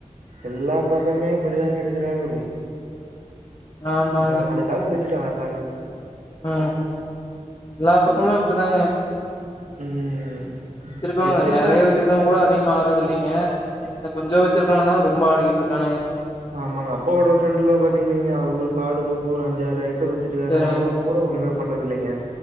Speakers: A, on the right; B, on the left.
A: எல்லா பக்கமே இப்டிதாங்க இருக்றானுக ரொம்
B: ஆமாங்க
A: ப நாலு காசு வச்சுட்டு ஆட்றாங்
B: ஆ எல்லா பக்கமுமே அப்டித்தாங்க.
A: ம்
B: வச்சிருக்கவுங்க
A: வச்சிருக்கவனு
B: நெறைய வச்சிருக்கவுங்க கூட.. அதிகமா ஆட்றதில்லைங்க. இந்த கொஞ்சோ வச்சிருக்கவுனுதாங்க ரொம்ப ஆடிக்கிட்ருக்கானுக
A: ஆமாங்க அப்பாவோட ஃப்ரெண்ட்லா பாத்தீங்னீங் வைங்க அவுக காடு தோப்பு ஒரு அஞ்சாரு ஏக்கரு வ ருக்காருங்க
B: செரிங்க
A: அவுங்க கூட ஒண்ணுமே பண்றதில்லைங்க